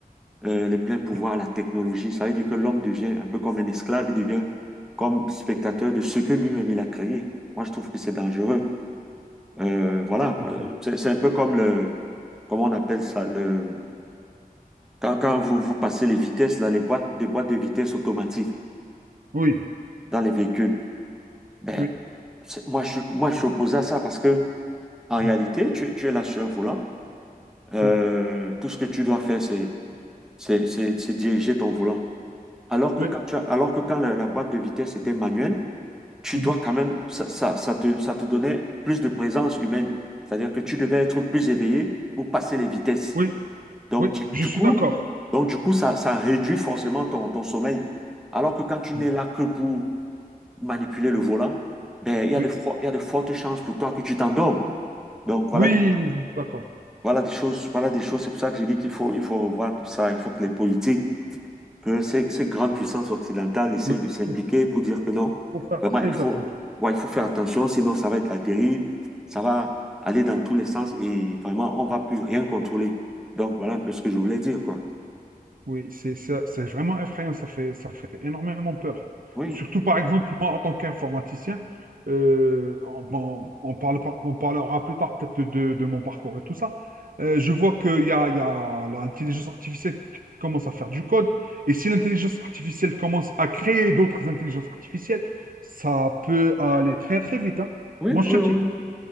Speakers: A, in the centre; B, on the right (about 65°).
A: euh, les pleins pouvoirs
B: oui,
A: à la technologie, ça veut dire que l'homme devient un peu comme un esclave, il devient comme spectateur de ce que lui-même il a créé. Moi, je trouve que c'est dangereux. Euh, voilà,
B: c'est clair.
A: c'est c'est un peu comme le, comment on appelle ça, le, quand, quand vous, vous passez les vitesses, là, les boîtes, des boîtes de vitesse automatiques
B: Oui,
A: dans les véhicules. Ben,
B: oui,
A: c'est- moi, je suis, moi, je suis opposé à ça parce que, en réalité,
B: hmm,
A: tu, es- tu es là sur un volant. Euh,
B: hmm,
A: tout ce que tu dois faire, c'est, c'est, c'est, c'est diriger ton volant. Alors que
B: oui,
A: quand tu as- alors que quand la, la boîte de vitesse était manuelle, tu
B: mhm,
A: dois quand même, ça, ça, ça te, ça te donnait plus de présence humaine. C'est-à-dire que tu devais être plus éveillé pour passer les vitesses.
B: oui,
A: Donc,
B: oui,
A: du,
B: je
A: du
B: suis
A: coup,
B: d'accord.
A: donc, du coup ça, ça réduit forcément ton, ton sommeil. Alors que quand tu
B: Oui,
A: n'es là que pour manipuler le volant, ben, il y
B: oui,
A: a de, for- il y a de fortes chances pour toi que tu t'endormes. Donc, voilà,
B: oui,
A: des-
B: d'accord.
A: voilà des choses, voilà des choses. C'est pour ça que j'ai dit qu'il faut, il faut revoir tout ça. Il faut que les politiques, que ces, ces grandes puissances occidentales essayent
B: Oui,
A: de s'impliquer
B: faut
A: pour dire que non,
B: faut faire
A: vraiment,
B: très
A: il faut,
B: attention.
A: ouais, il faut faire attention, sinon ça va être la dérive, ça va aller dans tous les sens et vraiment, on va plus rien contrôler. Donc, voilà un peu ce que je voulais dire, quoi.
B: Oui, c'est ça- c'est vraiment effrayant, ça fait, ça fait énormément peur.
A: Oui.
B: Surtout, par exemple, moi, en tant qu'informaticien, euh, on, bon, on parle, pas- on parlera plus tard peut-être de, de mon parcours et tout ça. Euh, je vois qu'il y a, il y a l'intelligence artificielle qui commence à faire du code. Et si l'intelligence artificielle commence à créer d'autres intelligences artificielles, ça peut aller très, très vite, hein.
A: Oui,
B: Moi, je
A: oui,
B: te le
A: oui.
B: dis.